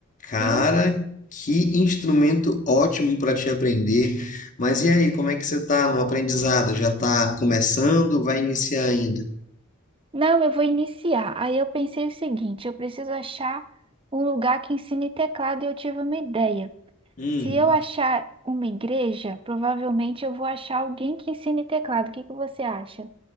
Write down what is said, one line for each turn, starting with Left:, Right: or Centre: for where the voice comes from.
Left: Cara,
Right: Sim?
Left: que instrumento ótimo para te aprender. Mas e aí, como é que você tá no aprendizado? Já tá começando? Vai iniciar ainda?
Right: Não, eu vou iniciar. Aí eu pensei o seguinte, eu preciso achar um lugar que ensine teclado e eu tive uma ideia.
Left: Hum.
Right: Se eu achar uma igreja, provavelmente eu vou achar alguém que ensine teclado. O que que você acha?